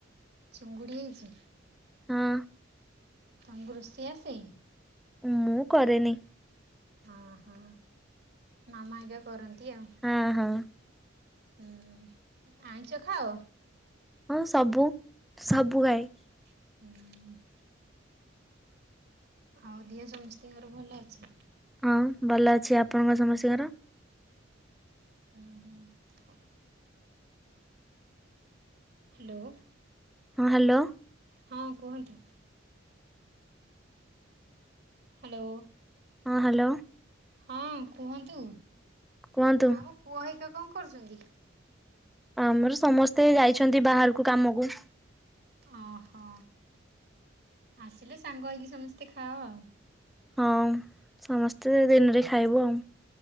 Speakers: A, on the right; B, in the centre.
A: ଚିଙ୍ଗୁଡ଼ି ହେଇଛି।
B: ହଁ।
A: ତମକୁ ରୋଷେଇ ଆସେ?
B: ମୁଁ କରେନି।
A: ଅ ହଁ ମାମା ଆଜ୍ଞା କରନ୍ତି ଆଉ।
B: ହଁ ହଁ।
A: ହୁଁ ଆଇଁଷ ଖାଅ।
B: ହଁ ସବୁ ସବୁ ଖାଏ।
A: ହୁଁ। ଆଉ ଦିହ ସମସ୍ତିଙ୍କର ଭଲ ଅଛି?
B: ହଁ ଭଲ ଅଛି। ଆପଣଙ୍କ ସମସ୍ତିଙ୍କର?
A: ଉଁ ହୁଁ। ହାଲୋ।
B: ହଁ ହାଲୋ।
A: ହଁ କୁହନ୍ତୁ। ହାଲୋ।
B: ହଁ ହାଲୋ।
A: ହଁ କୁହନ୍ତୁ
B: କୁହନ୍ତୁ
A: ଆଉ ପୁଅ ହେଇକା କଣ କରୁଛନ୍ତି?
B: ଆମର ସମସ୍ତେ ଯାଇଛନ୍ତି ବାହାରକୁ କାମକୁ।
A: ଓହୋ ଆସିଲେ ସାଙ୍ଗ ହେଇକି ସମସ୍ତେ ଖାଅ।
B: ହଁ ସମସ୍ତେ ଦିନରେ ଖାଇବୁ ଆଉ।